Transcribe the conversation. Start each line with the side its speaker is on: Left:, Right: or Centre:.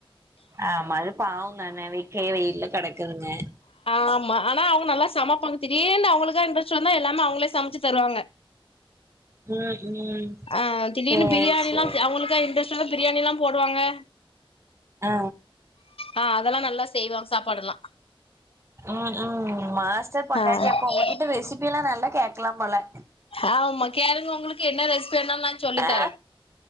Right: ஆமா அது பாவ தான வெக்கையு வெயில்ல கெடக்குதுங்க
Left: ஆமா ஆனா அவங்க நல்லா சமைப்பாங்க திடீர்னு அவங்களுக்கா இன்டரெஸ்ட் வந்தா எல்லாமே அவங்களே சமைச்சு தருவாங்க
Right: ம் ம்
Left: ஆ திடீர்னு
Right: சேரி
Left: பிரியாணில்லா
Right: சேரி
Left: அவங்களுக்கா இன்ட்ரெஸ்ட் வந்தா பிரியாணில்லா போடுவாங்க
Right: ஆ
Left: ஆ அதெல்லா நல்லா செய்வா சாப்பாடுல்லா
Right: ம் ம் மாஸ்டர் பொண்டாட்டி
Left: ஆ
Right: அப்ப உங்ககிட்ட ரெசிபில்லா நல்லா கேக்கலா போல
Left: ஆ உ மா கேளுங்க உங்களுக்கு என்ன ரெசிபி வேணாலு நா சொல்லி
Right: ஆ
Left: தர